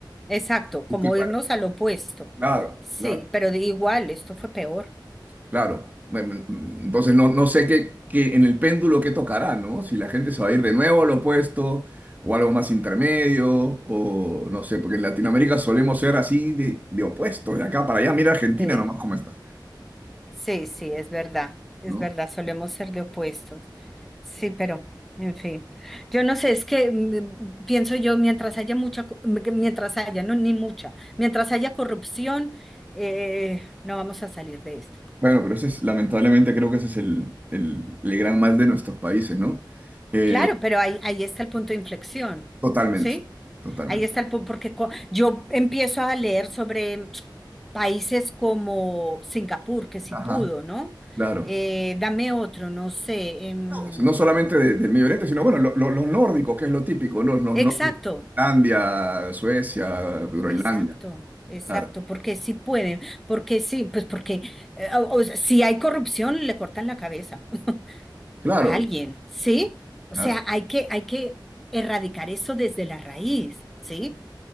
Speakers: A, in the centre; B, on the right (about 20°).
A: exacto, como
B: Duque para...
A: irnos al opuesto.
B: Claro,
A: Sí,
B: claro.
A: pero de igual, esto fue peor.
B: Claro. Em, Entonces no, no sé qué, qué en el péndulo qué tocará, ¿no? Si la gente se va a ir de nuevo a lo opuesto o algo más intermedio o no sé, porque en Latinoamérica solemos ser así de, de opuesto, de acá para allá. Mira Argentina
A: Sí,
B: nomás cómo está,
A: sí, sí, es verdad, es
B: ¿no?
A: verdad, solemos ser de opuestos. Sí, pero, en fin, yo no sé, es que mm, pienso yo, mientras haya mucha, co- m- que mientras haya, no, ni mucha, mientras haya corrupción, eh, no vamos a salir de esto.
B: Bueno, pero ese es, lamentablemente creo que ese es el, el, el gran mal de nuestros países, ¿no? Eh,
A: Claro, pero ahí, ahí está el punto de inflexión,
B: totalmente,
A: ¿sí?
B: totalmente.
A: Ahí está el punto, porque co- yo empiezo a leer sobre países como Singapur, que sí
B: Ajá.
A: pudo, ¿no?
B: Claro.
A: Eh, dame otro, no sé. em,
B: todos, no solamente de- del Medio Oriente, sino bueno, lo- lo- los nórdicos, que es lo típico, los, los
A: exacto,
B: nórdicos, Finlandia, Suecia, Groenlandia,
A: exacto, exacto,
B: claro,
A: porque sí pueden, porque sí, pues porque eh, o- o sea, si hay corrupción, le cortan la cabeza <laughs>
B: claro,
A: a alguien, ¿sí? O
B: claro,
A: sea, hay que, hay que erradicar eso desde la raíz, ¿sí?